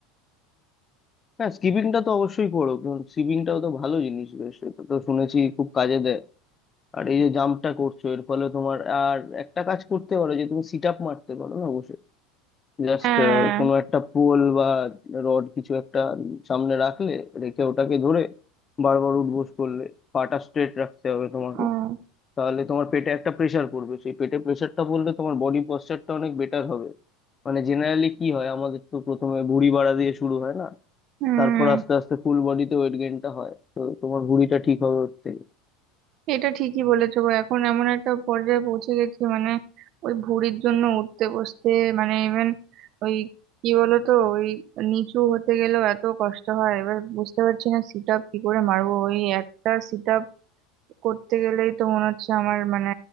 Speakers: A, on the left (about 25°); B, on the right (about 50°).
A: হ্যাঁ স্কিপিংটা তো অবশ্যই করো কারণ স্কিপিংটাও তো ভালো জিনিস বেশ এটা তো শুনেছি খুব কাজে দেয় আর এই যে জাম্পটা করছো এর ফলে তোমার আর একটা কাজ করতে পারো যে তুমি সিট আপ মারতে পারো না বসে জাস্ট
B: হ্যাঁ
A: কোনো একটা পোল বা রড কিছু একটা সামনে রাখলে রেখে ওটাকে ধরে বারবার উঠবোস করলে পাটা স্ট্রেট রাখতে হবে তোমাকে
B: ও,
A: তাহলে তোমার পেটে একটা প্রেশার পড়বে সেই পেটে প্রেশারটা পড়লে তোমার বডি পশ্চারটা অনেক বেটার হবে মানে জেনারেলি কি হয় আমাদের তো প্রথমে ভুঁড়ি বাড়া দিয়ে শুরু হয় না
B: হুম
A: তারপর আস্তে আস্তে ফুল বডিতে ওয়েট গেইনটা হয় তো তোমার ভুঁড়িটা ঠিক হবে ওর থেকে
B: এটা ঠিকই বলেছো গো এখন এমন একটা পর্যায়ে পৌঁছে গেছি মানে ওই ভুঁড়ির জন্য উঠতে বসতে মানে ইভেন ওই কি বলো তো ওই নিচু হতে গেলেও এত কষ্ট হয় এবার বুঝতে পারছি না সিট আপ কি করে মারবো ওই একটা সিট করতে গেলেই তো মনে হচ্ছে আমার মানে